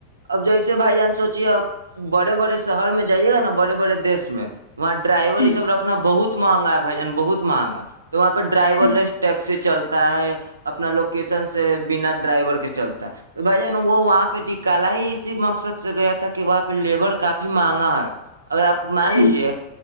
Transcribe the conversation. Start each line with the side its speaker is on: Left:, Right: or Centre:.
Right: اب جیسے بھائی جان سوچیے آپ بڑے بڑے شہر میں جائیے گا نا بڑے بڑے دیش میں وہاں ڈرائیور
Left: جی
Right: یہ سب رکھنا بہت مہنگا ہے بھائی جان بہت مہنگا تو وہاں پہ ڈرائیور
Left: جی
Right: لیس ٹیکسی چلتا ہے اپنا لوکیشن سے بنا ڈرائیور کے چلتا ہے تو بھائی جان وہ وہاں پہ نکالا ہی اسی مقصد سے گیا تھا کہ وہاں پہ لیبر کافی مہنگا ہے اگر آپ مان
Left: جی
Right: لیجے